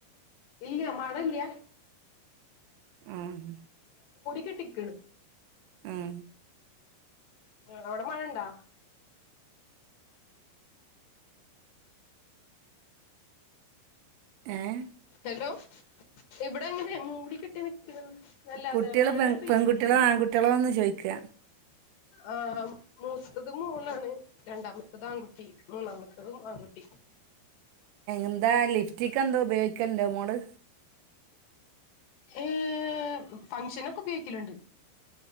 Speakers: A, on the left; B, on the right.
A: ഇല്ല മഴയില്ല
B: ആഹ്
A: കെട്ടിക്ക്ണ്
B: ഉം
A: അവിടെ മഴ ഉണ്ടേ?
B: ഏഹ്
A: ഹലോ ഇവിടെ ഇങ്ങനെ മൂടി കെട്ടി നിൽക്ക നല്ലാതെ
B: കുട്ടികള്
A: മഴ
B: പെൺ
A: പെയ്തിട്ടില്ല
B: പെൺകുട്ടികളോ ആൺകുട്ടികളോ എന്ന് ചോയിക്കാ
A: ആ മൂത്തത് മേളാണ് രണ്ടാമത്തത് ആൺകുട്ടി മൂന്നാമത്തതും ആൺകുട്ടി
B: എന്താ ലിപ്റ്റിക്ക് എന്താ ഉപയോഗിക്കലുണ്ടോ മോള്
A: ഏഹ് ഫംഗ്ഷന് ഒക്കെ ഉപയോഗിക്കലുണ്ട്